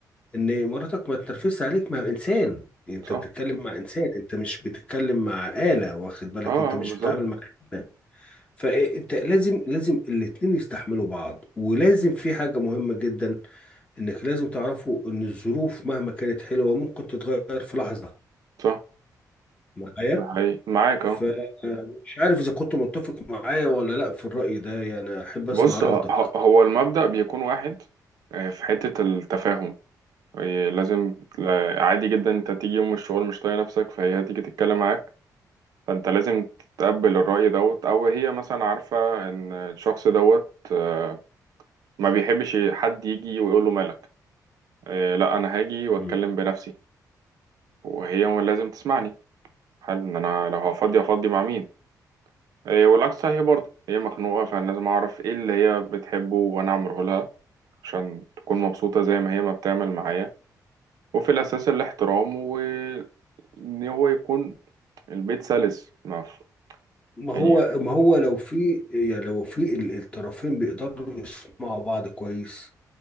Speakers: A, on the left; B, on the right.
A: ان مراتك ما تتنرفزش عليك ما هو انسان انت
B: صح
A: بتتكلم مع انسان انت مش بتتكلم مع آلة واخد بالك
B: اه
A: انت
B: آه،
A: مش
B: بالظبط
A: بتتعامل مع آلة فانت لازم لازم الاتنين يستحملوا بعض ولازم في حاجة مهمة جدا انك لازم تعرفوا ان الظروف مهما كانت حلوة ممكن تتغير في لحظة
B: صح
A: معايا
B: ده حقيقي معاك
A: فمش
B: اه
A: عارف اذا كنت متفق معايا ولا لا في الرأي ده يعني احب اسمع
B: بص
A: ردك
B: آه، ه- هو المبدأ بيكون واحد آه، في حتة التفاهم هي لازم لا- عادي جدا انت تيجي يوم الشغل مش طايق نفسك فهي هتيجي تتكلم معاك فانت لازم تتقبل الرأي دوت او هي مثلا عارفة ان الشخص دوت آه، ما بيحبش حد يجي ويقول له مالك آه، لا انا هاجي واتكلم
A: مم.
B: بنفسي وهي لازم تسمعني حل ان انا لو هفضي هفضي مع مين إيه، والعكس صحيح برضه هي مخنوقة فأنا لازم أعرف إيه اللي هي بتحبه وأنا أعمله لها عشان تكون مبسوطة زي ما هي ما بتعمل معايا وفي الأساس الاحترام وإن هو يكون البيت سلس ما ف-
A: ما
B: يعني
A: هو ما هو لو في يعني لو في ال- الطرفين بيقدروا يسمعوا بعض كويس